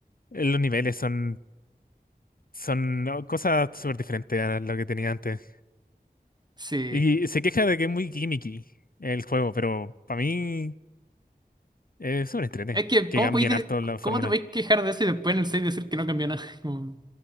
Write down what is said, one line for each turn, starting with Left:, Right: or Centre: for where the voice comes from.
Left: Eh, Los niveles son, son oh, cosas súper diferentes a lo que tenía antes.
Right: sí.
Left: Y se queja de que es muy gimmicky el juego, pero para mí. Es súper entrete.
Right: Es que,
Left: Que
Right: ¿cómo
Left: cambian
Right: podéis de-
Left: harto la fórmula.
Right: cómo te podéis quejar de eso y después en el 6 decir que no cambió nada? <laughs> Como,